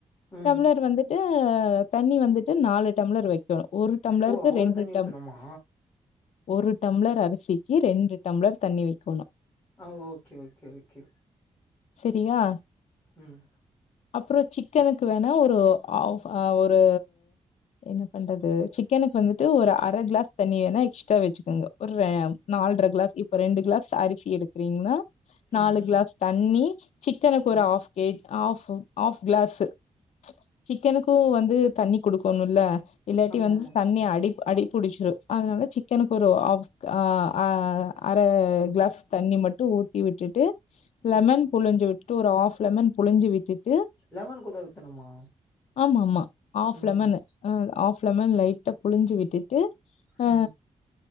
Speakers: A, on the left; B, on the left.
A: ம்
B: டம்ளர் வந்து ச்சு தண்ணி வந்துட்டு நாலு டம்ளர் வக்கணு ஒரு டம்ளருக்கு
A: ஓ அவ்ளோ
B: ரெண்டு
A: தண்ணி
B: டம்
A: ஊத்தணுமா
B: ஒரு டம்ளர் அரிசிக்கு ரெண்டு டம்ளர் தண்ணி வக்கோணு
A: ஆ ஓகே ஓகே ஓகே
B: சேரியா
A: ம்
B: அப்புற சிக்கனுக்கு வேணா ஒரு ஆ ஒரு என்ன பண்றது சிக்கனுக்கு வந்து ட்டு ஒரு அர கிளாஸ் தண்ணிய வேணா எக்ஸ்ட்ரா வச்சுக்குங்க ஒரு நால்ற கிளாஸ் யுத் ஒரு ரெண்டு கிளாஸ் அரிசி எடுக்கறீங்னா
A: ம்
B: நாலு கிளாஸ் தண்ணி சிக்கனுக்கு
A: ம்
B: ஒரு half K half half glass சிக்கனுக்கு வந்து தண்ணி குடுக்கணு இல்ல இல்லாட்டி
A: ஆமா
B: வந்து
A: ஆமா
B: தண்ணி அடிப் அடிபுடிச்சுரு அதனால சிக்கனுக்கு ஒரு ஆஃப் அ அ அர கிளாஸ் தண்ணி மட்டு ஊத்தி விட்டுட்டு லெமன்
A: ம்
B: புழிஞ்சு விட்டுட்டு ஒரு ஹாஃப் லெமன் புழிஞ்சு விட் டு
A: லெமன் கூட ஊத்தணுமா
B: ஆமா ஆமா ஆஃப்
A: ம்
B: லெமனு அ ஆஃப் லெமன் லைட்டா புழுஞ்சு விட்டுட்டு
A: ஆ
B: அ